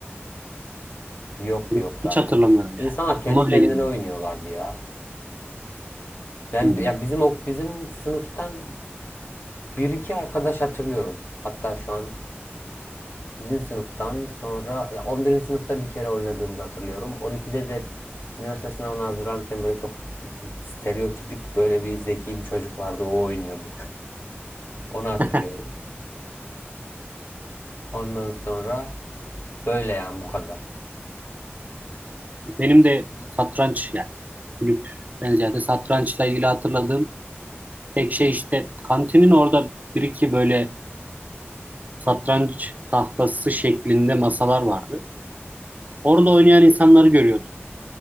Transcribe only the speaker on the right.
Kulüp
Hiç
hatırlamıyorum
yani. Aklıma
bile gelmiyor.
Hı hı.
<laughs>
Benim de satranç yani kulüpten ziyade satrançla ilgili hatırladığım tek şey işte kantinin orada bir iki böyle satranç tahtası şeklinde masalar vardı. Orada oynayan insanları görüyordum.